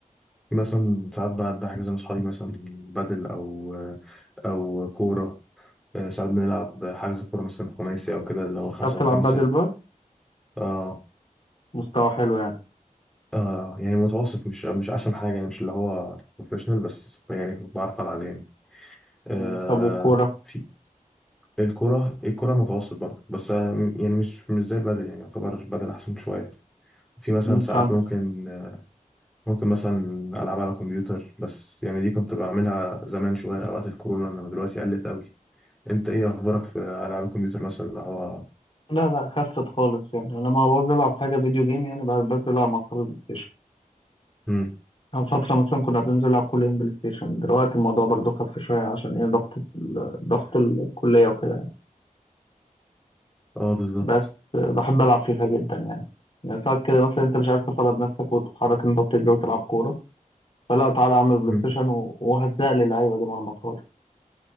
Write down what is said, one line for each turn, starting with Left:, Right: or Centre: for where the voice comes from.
Centre: في مثلا ساعات بقعد بحجز مع أصحابي مثلا بدل أو أو كورة آه، ساعات بنلعب حجز كورة مثلا خماسي أو كده اللي هو خمسة
Left: بتعرف تلعب
Centre: وخمسة
Left: بدل بقى؟
Centre: اه
Left: مستوى حلو يعني
Centre: اه يعني متوسط مش مش أحسن حاجة يعني مش اللي هو بروفيشنال بس يعني كنت بعرف ألعب يعني آه
Left: مم. طب والكورة؟
Centre: في الكورة الكورة متوسط برضه بس آه، يعني مش مش زي البدل يعني يعتبر البدل أحسن شوية في مثلا
Left: مم،
Centre: ساعات
Left: فهمتك
Centre: ممكن ممكن مثلا ألعب على كمبيوتر بس يعني دي كنت بعملها زمان شوية أوقات الكورونا إنما دلوقتي قلت قوي أنت إيه أخبارك في ألعاب الكمبيوتر مثلا اللي هو
Left: لا لا خفت خالص يعني أنا ما بعوز ألعب حاجة فيديو جيم يعني بعد بنزل ألعب مع أصحابي بلاي ستيشن
Centre: مم.
Left: كان فترة مثلا كنا بننزل نلعب كل يوم بلاي ستيشن دلوقتي الموضوع برضو خف شوية عشان ايه ضغط ال- ضغط الكلية وكده
Centre: اه بالظبط
Left: بس بحب ألعب فيفا جدا يعني يعني ساعات كده مثلا أنت مش عايز تفرض نفسك وتتحرك أنت وتجري وتلعب كورة فلا تعالى أعمل بلاي
Centre: مم.
Left: ستيشن و- وهزق لي اللعيبة دي مرمطات